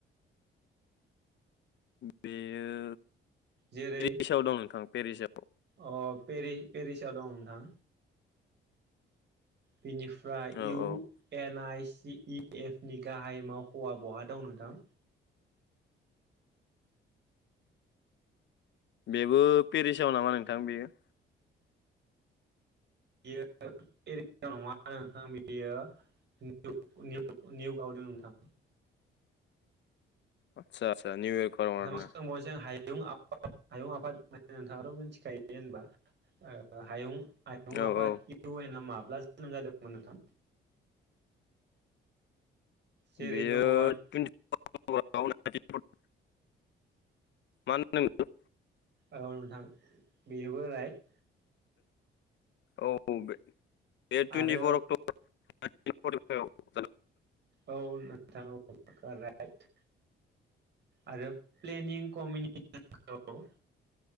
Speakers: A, on the left; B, on the right.
A: बेयो
B: जेरै
A: पेरिसाव दं नोंथां पेरिसाव
B: अ पेरि पेरिसाव दं नोंथां बिनिफ्राय
A: औ
B: इउ
A: औ
B: N I C E F नि गाहाय मावख'वा बहा दं नोंथां
A: बेबो पेरिसाव नामा नोंथां बेयो
B: बेयो <unintelligible> नङा नोंथां बेयो <unintelligible> निउयर्क दों नोंथां
A: आतसा निउयर्क
B: नोंथांनाव
A: आव नङा आरोना
B: सोंबावनोसै आं हायुं आफाद हायुं आफाद माने नोंथाङाथ मिथिखायो जेनबा हायुं आयुं
A: औ
B: आफाद
A: औ
B: इउ एन माब लाजि मोजां जादोंमोन नोंथां जेरै
A: बेयो
B: दङ औ
A: <unintelligible> <unintelligible> मान नों ओ
B: औ नोंथां बेबो राइट
A: औ बे देट टुइन्टि
B: आरो
A: फर अक्टबर <inaudible>
B: औ नोंथां <unintelligible> राइद आरो प्लेनिं <unintelligible> ओ